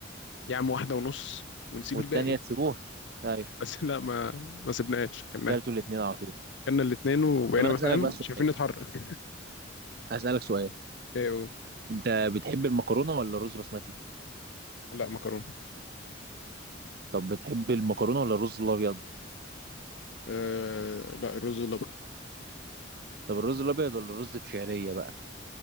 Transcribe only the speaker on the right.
والتانيه
تسيبوها ايوه
كلتوا الاتنين على طول
طب انا اسالك
بقى سؤال
اسالك سؤال
انت بتحب المكرونه ولا الرز بسمتي
طب بتحب المكرونه ولا الرز الابيض
طب الرز الابيض ولا الرز بشعريه بقى